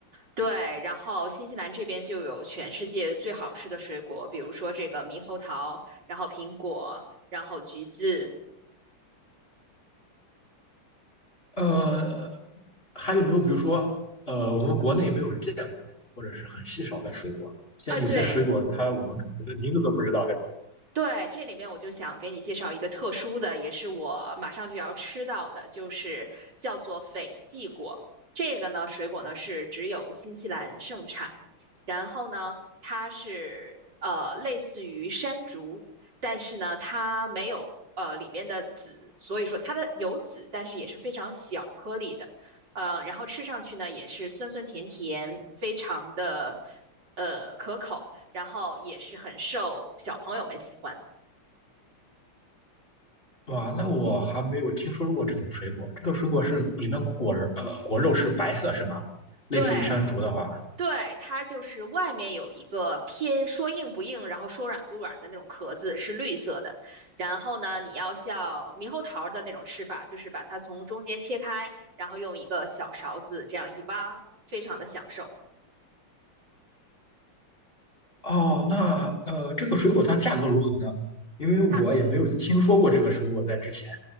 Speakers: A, on the right; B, on the left.
A: 对，然后新西兰这边就有全世界最好吃的水果，比如说这个猕猴桃，然后苹果，然后橘子。
B: 呃，还有没有比如说，呃，我们国内没有见过或者是很稀少的水果？现在有些水果它我们可能连名字都不知道这种。
A: 啊，对，对，这里面我就想给你介绍一个特殊的，也是我马上就要吃到的，就是叫做斐济果。这个呢，水果呢是只有新西兰盛产，然后呢，它是呃类似于山竹，但是呢，它没有呃里面的籽，所以说它的有籽，但是也是非常小颗粒的，呃，然后吃上去呢也是酸酸甜甜，非常的呃可口。然后也是很受小朋友们喜欢。
B: 哇，那我还没有听说过这种水果。这个水果是里面果仁呃果肉是白色是吗？类似于山竹的话。
A: 对对，它就是外面有一个偏说硬不硬，然后说软不软的那种壳子，是绿色的。然后呢，你要像猕猴桃的那种吃法，就是把它从中间切开，然后用一个小勺子这样一挖，非常的享受。
B: 哦，那呃，这个水果它价格如何呢？因为我也没有听说过这个水果在之前。
A: 它